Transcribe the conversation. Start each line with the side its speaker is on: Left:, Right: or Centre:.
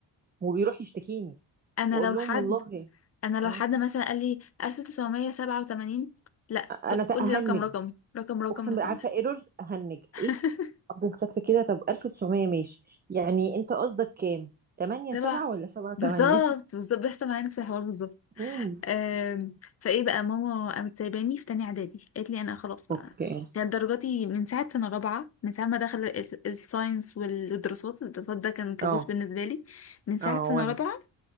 Right: وبيروح يشتكيني
Left: انا
Right: واقول
Left: لو
Right: لهم
Left: حد
Right: والله
Left: انا لو
Right: اه
Left: حد مثلا قال لي 1987 لا
Right: انا تأهنج
Left: قول لي رقم رقم رقم رقم
Right: اقسم
Left: لو
Right: بالله
Left: سمحت
Right: عارفه ايرور هنج
Left: <laughs>
Right: ايه افضل ساكته كده طب 1900 ماشي يعني انت قصدك كام 8
Left: تبع
Right: 7 ولا 7 8
Left: بالظبط بالظبط بيحصل معايا نفس الحوار بالظبط
Right: امم
Left: آم، فايه بقى ماما قامت سايباني في تانية اعدادي قالت لي انا خلاص بقى
Right: اوكي
Left: كانت درجاتي من ساعة سنة رابعة من ساعة ما دخل ال- الساينس والدراسات الدراسات ده كان كابوس
Right: اه
Left: بالنسبة لي من ساعة
Right: اه
Left: سنة
Right: وانا
Left: رابعة